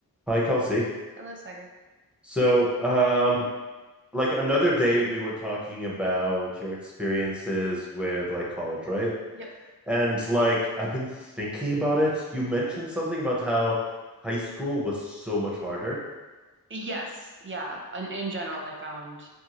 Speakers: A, in the centre; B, on the right.
A: Hi, Kelsey.
B: I love soccer.
A: So, um, like another day we were talking about your experiences with like college, right?
B: Yep.
A: And like I've been thinking about it. You mentioned something about how high school was so much harder.
B: Yes. Yeah. In, in general, I found